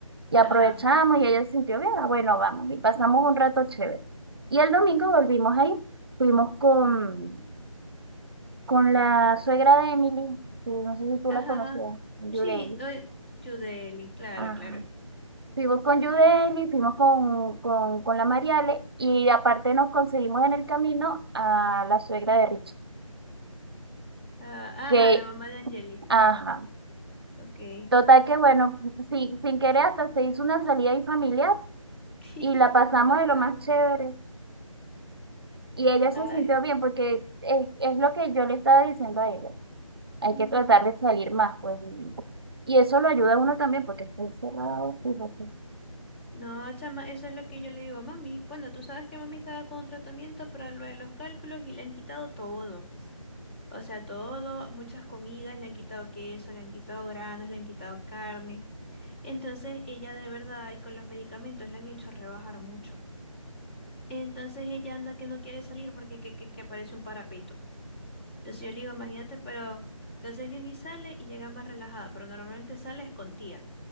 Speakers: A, on the right (about 45°); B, on the left (about 20°).
A: y aprovechamos
B: Ajá.
A: y ella se sintió bien, ah, bueno, vamos, y pasamos un rato chévere. Y el domingo volvimos ahí, fuimos con, con la suegra de Emily, que no sé si tú
B: Ajá.
A: la conocías, Yudeli.
B: Sí, no, eh, Yudeli, claro,
A: Ajá.
B: claro.
A: Fuimos con Yudeli, fuimos con, con, con la Mariale y aparte nos conseguimos en el camino a la suegra de Richard.
B: Ah,
A: Que,
B: ajá, la mamá de Angeli.
A: ajá.
B: Ok.
A: Total que bueno, sin, sin querer hasta se hizo una salida ahí familiar
B: <laughs>
A: y la pasamos
B: Total.
A: de lo más chévere. Y ella se
B: Ay.
A: sintió bien porque es, es lo que yo le estaba diciendo a ella. Hay
B: ujú.
A: que tratar de salir más, pues. Y, y eso lo ayuda a uno también porque está encerrado, fíjate.
B: No, chama, eso es lo que yo le digo a mami. Bueno, tú sabes que mami estaba con tratamiento para lo de los cálculos y le han quitado todo. O sea, todo, muchas comidas, le han quitado queso, le han quitado granos, le han quitado carne. Entonces, ella de verdad, y con los medicamentos, le han hecho rebajar mucho. Entonces, ella anda que no quiere salir porque que, que que parece un parapeto. Entonces yo le digo, imagínate, pero entonces viene y sale y llega más relajada, pero normalmente sales con tía,